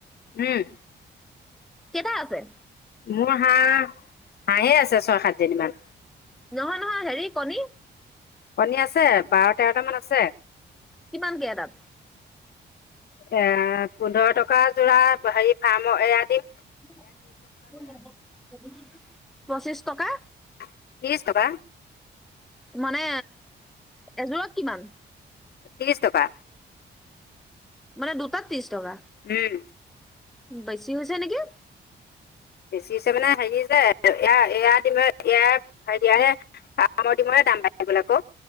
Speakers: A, on the left; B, in the centre.
A: উম।
B: কেইটা আছে?
A: মোৰ হাঁহ, হাঁহে আছে ছয়-সাতজনি মান।
B: নহয়, নহয়, হেৰি কণী?
A: কণী আছে। বাৰ-তেৰটামান আছে।
B: কিমানকে এটাত?
A: এ পোন্ধৰ টকা যোৰা হেৰি ফাৰ্মৰ এয়া দি
B: <unintelligible> পঁচিছ টকা?
A: ত্ৰিশ টকা।
B: মানে এযোৰত কিমান?
A: ত্ৰিশ টকা।
B: মানে দুটাত ত্ৰিশ টকা,
A: উম
B: বেছি হৈছে নেকি?
A: বেছি হৈছে মানে হেৰি যে এয়া-এয়া ডিমে এয়া হে <unintelligible> <unintelligible> ডিমৰে দাম বাঢ়ি গ'ল আকৌ